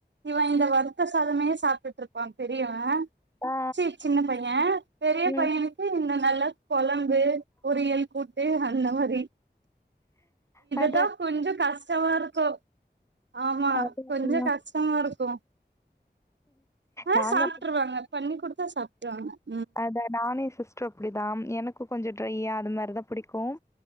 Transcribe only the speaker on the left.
ஆ
ம்
அ
அதா அதா
நாங்க
அத நானு எ சிஸ்ட்ரு அப்டிதாம் எனக்கு கொஞ்சொ ட்ரைய்யா அது மாரிதா புடிக்கும்